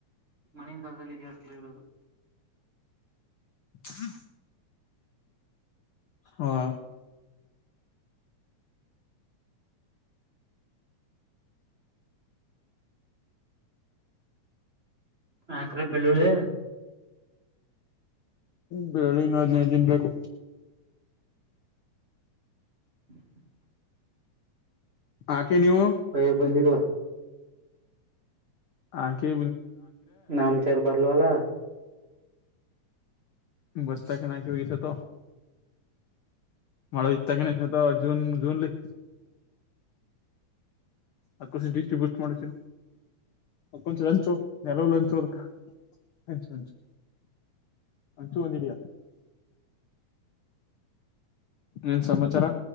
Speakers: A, on the right; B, on the left.
A: ಮನೆಯಿಂದಾಲದಲ್ಲಿ ಜಲಿ ಇರೋದು
B: ಹ್ಮ ಹಾ
A: ಆಕ್ರ ಬೆಳ್ಳುಳ್ಳಿ
B: ಬಿಳ್ಳಳ್ಳಿ ಇನ್ನುೂ ಹದನೈದು ದನ್ ಬೇಕು
A: <inaudible>
B: ಹಾಕಿ ನೀವು
A: ಯ ಬಂದಿಲ್ವಾ
B: ಆಕೆ
A: ನಮಚಾರ ಬದಲವಲ
B: ಬತಾಕ್ಕೆಣಕವ ಇತ್ತುತ್ತು ಮಳೆ ಇತ್ತಕನ ಅದ ಜೂನ್ ಜೂನ್ಲಿ ಅಕಷ ಡಿಸ್ಟ್ರಿಬ್ಯೂಟ್ ಮಾಡಿನ ಕೊಂಚ ಲಂಚು ನೆಲವು ಲಂಚುದ ಮಂಚು ಮಂಚು ಒಂಚೂ ಒಂದಡಿಯ ಏನ್ ಸಮಾಚಾರ